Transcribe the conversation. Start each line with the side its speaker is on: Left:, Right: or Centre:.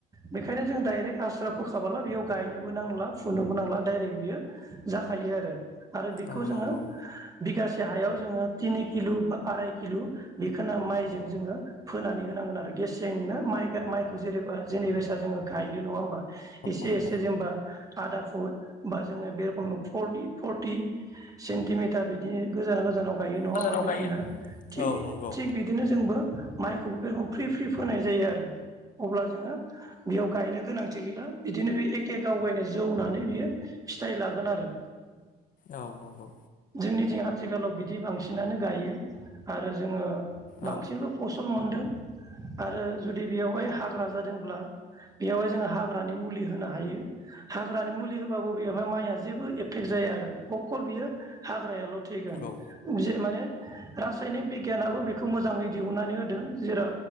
Right: बेखायनो जों डाइरेक्ट आसार फोखाबोला बेयाव गायनोबो नांला फुनोबो नांला डाइरेक्ट बियो जाखायो आरो। आरो बेखौ
Left: औ
Right: जोङो
Left: नंगौ
Right: बिगासे से हायाव जोङो थिनि किल' बा, आराय किल' बेखौनो माइजों जोङो फोनानै होनांगोन आरोखि। गेसेंनो माइ माइखौ जेरेबा जों बैसा जोङो गायो नङा होमबा एसे।
Left: नंगौ
Right: जेनबा आदा फुट बा जोङो बे रखम फरटि-फरटि सेन्टिमिटार बि बिदिनो गोजा-गोजानाव गायो नङा
Left: गोजानाव
Right: होमबा बे
Left: गायो
Right: रोखोमनो थि-थिग
Left: औ नंगौ
Right: बिदिनो जोंबो माइखौबो बे रोखोम फ्रि फ्रि फोनाय जायो आरो। अब्ला जोङो बेयाव गायनो गोनांथि गैला बिदिनो बे एक के गाव गावनो जौनानै बियो फिथाइ लागोन आरो।
Left: औ नंगौ।
Right: जोंनिथिं आथिखालाव बिदि बांसिनानो गायो आरो जोङो बांसिनल'
Left: औ
Right: फसल मोन आरो जुदि बेवहाय हाग्रा जादोंब्ला बेयावहाय जोंङो हाग्रानि मुलि होनो हायो। हाग्रानि मुलि होबाबो बेवहाय माइआ जेबो एफेक्ट जाया आरो अकल बियो हाग्रायाल' थैगोन।
Left: नंगौ
Right: जे माने रासायनिक बिगियानाबो बेखौ मोजाङै दिहुननानै दों